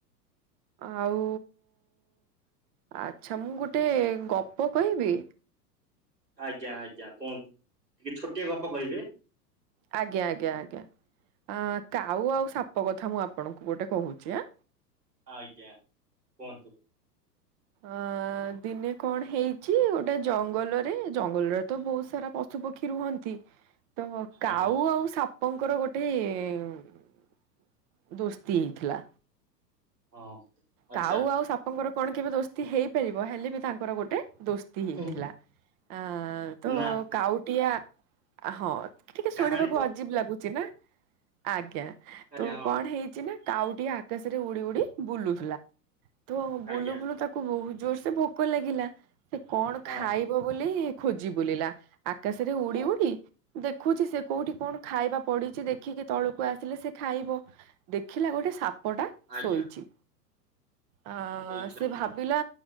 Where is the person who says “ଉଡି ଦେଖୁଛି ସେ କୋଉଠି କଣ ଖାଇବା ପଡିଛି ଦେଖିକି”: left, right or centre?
Right